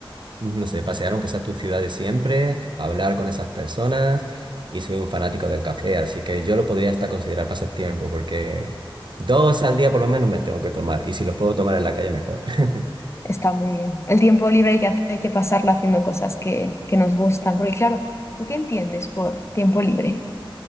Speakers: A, on the right; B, on the left.
A: no sé, pasear aunque sea tu ciudad de siempre, hablar con esas personas y soy un fanático del café, así que yo lo podría hasta considerar pasatiempo porque dos al día por lo menos me tengo que tomar y si los puedo tomar en la calle mejor. <laughs>
B: Está muy bien. El tiempo libre hay que, haz- hay que pasarlo haciendo cosas que, que nos gustan. Porque claro, ¿tú qué entiendes por tiempo libre?